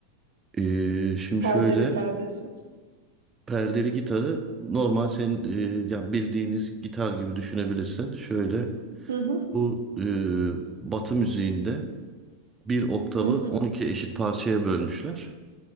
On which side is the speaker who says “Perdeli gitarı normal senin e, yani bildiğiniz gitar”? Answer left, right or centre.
Right